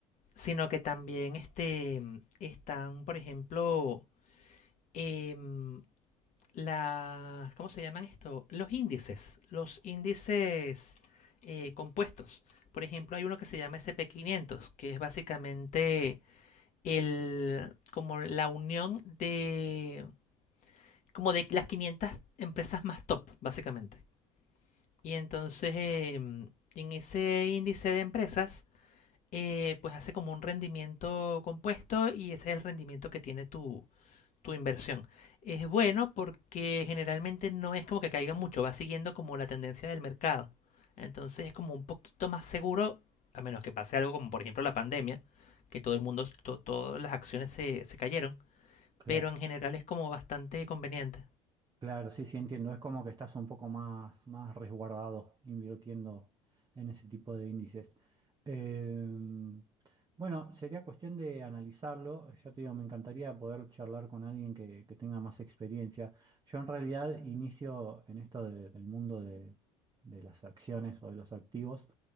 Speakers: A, on the left; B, on the right.
A: sino que también este, están, por ejemplo, em, las, ¿cómo se llaman esto? Los índices, los índices eh, compuestos. Por ejemplo, hay uno que se llama sp quinientos que es básicamente el, como la unión de, como de las 500 empresas más top, básicamente. Y entonces, eh, en ese índice de empresas, eh, pues hace como un rendimiento compuesto y ese es el rendimiento que tiene tu, tu inversión. Es bueno porque generalmente no es como que caiga mucho, va siguiendo como la tendencia del mercado. Entonces es como un poquito más seguro, a menos que pase algo como por ejemplo la pandemia, que todo el mundo, to- todas las acciones se, se cayeron,
B: Claro.
A: pero en general es como bastante conveniente.
B: Claro, sí, sí, entiendo. Es como que estás un poco más, más resguardado invirtiendo en ese tipo de índices. Em, bueno, sería cuestión de analizarlo. Ya te digo, me encantaría poder charlar con alguien que, que tenga más experiencia. Yo en realidad inicio en esto de- del mundo de, de las acciones o de los activos